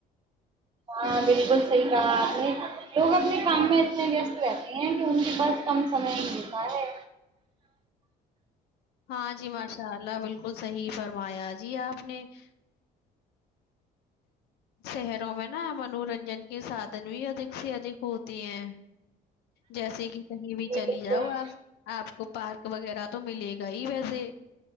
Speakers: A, on the right; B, on the left.
A: ہاں بالکل صحیح کہا آپ نے لوگ اپنے کام میں اتنے ویست رہتے ہیں کہ ان کے پاس کم سمے ہی ملتا ہے
B: ہاں جی ماشاء اللہ بالکلح فرمایا <unintelligible> جی آپ نے <unintelligible> شہروں میں نا منورنجن کے سادھن بھی ادھک سے ادھک ہوتے ہیں جیسے کہ کہیں
A: جی
B: بھی چلی
A: بالکل
B: جاؤ آپ آپ کو پارک وغیرہ تو ملے گا ہی ویسے